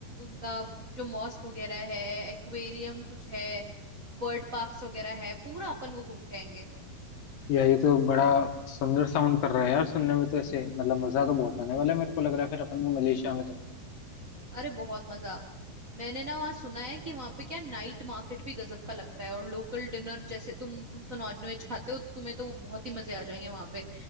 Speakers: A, on the right; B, on the left.
A: उनका जो मॉस्क वगैरह है एक्वेरियम कुछ है बर्ड पार्क्स वगैरह है पूरा अपन वो घूम के आएंगे
B: यार ये तो बड़ा सुंदर साउंड कर रहा है यार सुनने में तो ऐसे मतलब मजा तो बहुत आने वाला है मेरे को लग रहा है फिर अपन को मलेशिया में तो
A: अरे बहुत मजा मैंने ना वहाँ सुना है कि वहाँ पे क्या नाइट मार्केट भी गजब का लगता है और लोकल डिनर जैसे तुम तुम तो नॉन वेज खाते हो तो तुम्हें तो बहुत ही मजे आ जाएंगे वहाँ पे